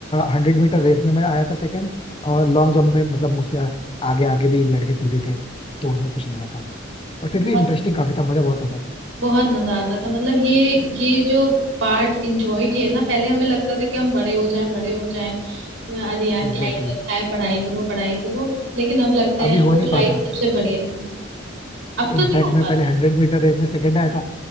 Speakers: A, on the left (about 25°); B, on the right (about 85°).
A: हंड्रेड मीटर रेस में मैं आया था सेकंड और लॉन्ग जंप में मतलब मुझसे आगे आगे भी लड़के कूदे थे तो उसमें कुछ नहीं आया था बट फिर
B: बहुत
A: भी इंटरेस्टिंग काफी था मजा बहुत आता था
B: बहुत मजा आता था मतलब ये ये जो पार्ट इंजॉय किया है ना पहले हमें लगता था कि हम बड़े हो जाएं बड़े हो जाएं अरे यार
A: Exactly
B: क्या ही रखा
A: exactly.
B: है पढ़ाई करो पढ़ाई करो लेकिन अब लगता है
A: अभी
B: यार
A: हो
B: वो
A: नहीं पाता
B: लाइफ सबसे बढ़िया थी अब तो
A: इनफैक्ट
B: नहीं हो
A: मैं
B: पाता
A: पहले हंड्रेड मीटर रेस में सेकंड आया था